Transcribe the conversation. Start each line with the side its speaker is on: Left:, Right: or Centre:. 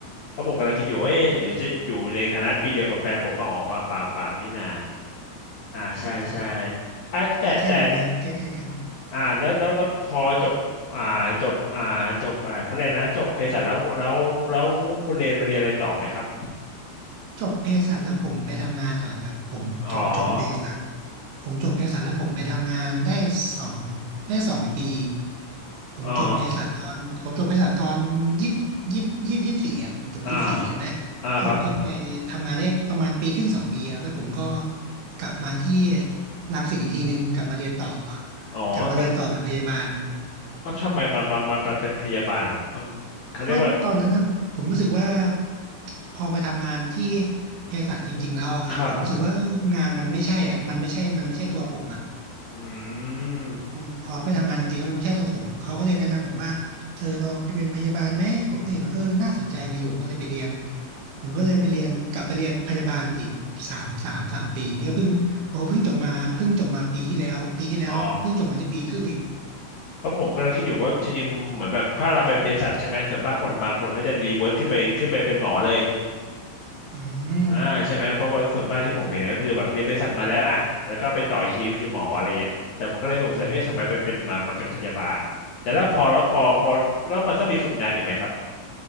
Left: เพราะผมกำลังคิดอยู่เอ๊ะหรือจะอยู่ในคณะปีเดียวกับแฟนผมปะอ๋อเปล่าเปล่าเปล่านี่นาอ่าใช่ใช่
Right: ใช่ใช่
Left: อ่ะแต่แต่
Right: แค่แค่อยู่ในใกล้ๆกัน
Left: อ่าแล้วแล้วแล้วพอจบอ่าจบอ่าจบอ่าคะแนนนะจบเภสัชแล้วแล้วแล้วคุณเรียนมาเรียนอะไรต่อไหมครับ
Right: จบเภสัชแล้วผมไปทำงานก่อนครับผมผมจบเภสัช
Left: อ๋อ
Right: ผมจบเภสัชแล้วผมไปทำงานได้สองได้สองปีผมจบเภสัชตอนผมจบเภสัชตอนยี่ยี่ยี่ยี่สี่อ่ะผมจบยี่สี่ใช่ไหมแล้วผมก็ไปทำงานได้ประมาณปีครึ่งสองปีครับแล้วผมก็
Left: อ๋ออ่าอ่าครับ
Right: กลับมาที่รังสิตอีกทีหนึ่งกลับมาเรียนต่อ
Left: อ๋อมัน
Right: กลับมาเรียนต่อเป็นพยาบาล
Left: อ๋อทำไมมามามามาเป็นพยาบาลอะครับมันเขาเรียกว่า
Right: เพราะว่าตอนนั้นนะผมรู้สึกว่าพอไปทำงานที่เภสัชจริงๆแล้วอะครับผมรู้สึกว่างานมันไม่ใช่อ่ะมันไม่ใช่มันไม่ใช่ตัวผมอ่ะ
Left: ครับอืม
Right: อืมพอไปทำงานจริงๆแล้วมันไม่ใช่ตัวผมเขาก็เลยแนะนำผมว่าเธอลองไปเป็นพยาบาลไหมผมก็เห็นว่าเออน่าสนใจดีผมก็เลยไปเรียนผมก็เลยไปเรียนกลับไปเรียนพยาบาลอีกสามสามสามปีนี่ก็เพิ่งโอ้โหเพิ่งจบมาเพิ่งจบมาปีที่แล้วปีที่แล้วเพิ่งจบมาได้ปีครึ่งเอง
Left: อ๋อเพราะผมกำลังคิดอยู่ว่าจริงๆเหมือนแบบถ้าเราเป็นเภสัชใช่ไหมส่วนมากคนบางคนก็จะรีเวิร์คขึ้นไปขึ้นไปเป็นหมอเลย
Right: อืม
Left: อ่าใช่ไหมครับเพราะว่าส่วนมากที่ผมเห็นก็คือแบบเรียนเภสัชมาแล้วอ่ะแล้วก็ไปต่ออีกทีคือหมออะไรเงี้ยแต่ผมก็เลยสงสัยเอ๊ะทำไมไปเป็นมามาเป็นพยาบาลแต่แล้วพอแล้วพอพอแล้วมันต้องมีฝึกงานอีกไหมครับ
Right: อืม